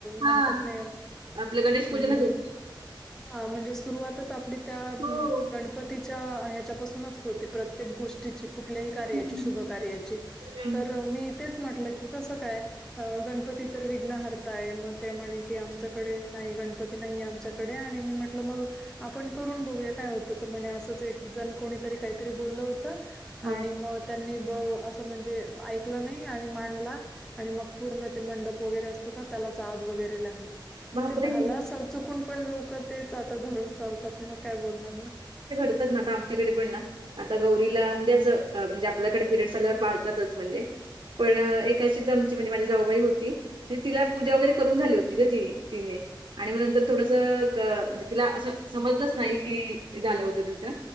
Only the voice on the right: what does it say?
हां.
आपलं गणेश पूजनच
होतं.
हो.
हं.
हं.
हां.
बापरे!
डतात ना आता आमच्याकडे पण ना आता गौरीला म्हणजे म्हणजे आपल्याकडे पिरड झाल्यावर तच म्हणजे पण एकाशीच आमची म्हणजे माझी जाऊबाई होती म्हणजे तिला पूजा वगैरे करून झाली होती का ती तिने आणि मग नंतर थोडस म्हणजे तिला असं समजलंच नाही की झालं होतं तिचं.